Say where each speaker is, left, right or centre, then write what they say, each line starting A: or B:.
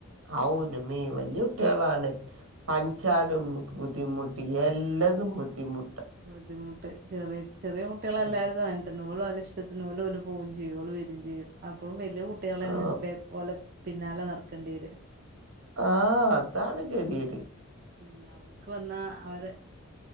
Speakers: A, on the right (about 75°); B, on the right (about 45°).
A: ഹാവൂ ൻ്റെമ്മേ വല്യ കുട്ട്യേലാൻ പനിച്ചാലും ബുദ്ധിമുട്ട്. യെല്ലതും ബുദ്ധിമുട്ട.
B: ബുദ്ധിമുട്ട ചെറിയ ചെറിയ കുട്ട്യേൽ
A: ഉം.
B: എല്ലാരുംതും അങ്ങനെത്തന്നെ ഓൽ ഓലഇഷ്ടത്തി ഓൽ ഓൽ പോകുംചെയ്യും ഓൽ വരൂചെയ്യു അപ്പോ വലിയ കുട്ടികളെയാണ്
A: ആ
B: പോലെ പിന്നാലെ നടക്കേണ്ടി വരും
A: ആഹ് അതാണ് കെതിട്.
B: ഉ അവർക്ക് വന്നാ അവര്.